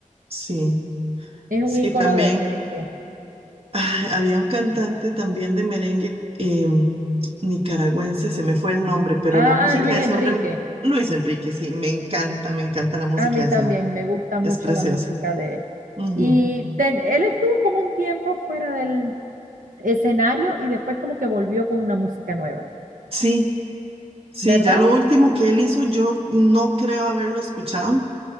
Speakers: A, on the right; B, on the right.
A: sí,
B: es
A: sí,
B: un ícono
A: también.
B: del merengue.
A: Ay, había un cantante también de merengue em, nicaragüense, se me fue el nombre, pero
B: Ah,
A: la música
B: Luis
A: de ese
B: Enrique.
A: hombre, m- Luis Enrique, sí, me encanta, me encanta la música
B: A mí
A: de
B: también
A: ese hombre,
B: me gusta mucho
A: es preciosa.
B: la música de él.
A: Ujú.
B: Y te- él estuvo como un tiempo fuera del escenario y después como que volvió con una música nueva,
A: Sí, sí,
B: ¿verdad?
A: ya lo último que él hizo, yo no creo haberlo escuchado,